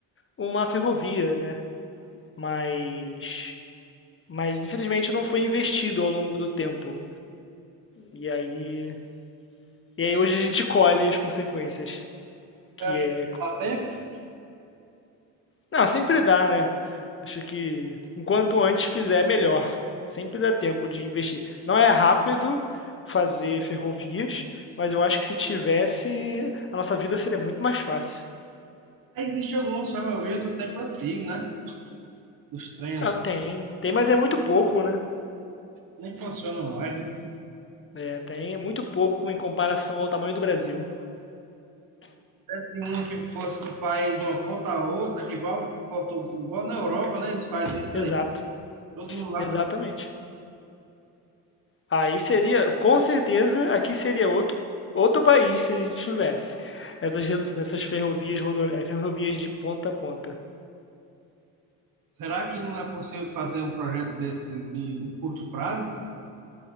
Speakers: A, on the left; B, on the right.
A: uma ferrovia, né? Mas, mas infelizmente não foi investido ao longo do tempo. E aí, e aí hoje a gente colhe as consequências, que
B: Eu acho
A: é,
B: que dá tempo.
A: não, sempre dá, né? Acho que enquanto antes fizer, melhor. Sempre dá tempo de investir. Não é rápido fazer ferrovias, mas eu acho que se tivesse, a nossa vida seria muito mais fácil.
B: Aí Existem algumas ferrovias do tempo antigo, né? Os trens
A: Ah, tem, tem, mas é muito pouco, né?
B: nem funcionam mais, né?
A: É, tem, é muito pouco em comparação ao tamanho do Brasil.
B: Se uma que fosse do país de uma ponta a outra, que igual, Porto- igual na Europa, né? Eles fazem isso
A: Exato,
B: aí. Todo mundo lá.
A: exatamente. Aí seria, com certeza, aqui seria outro, outro país se a gente tivesse essas, re- essas ferrovias, rodo, é, ferrovias de ponta a ponta.
B: Será que não é possível fazer um projeto desse de, em curto prazo?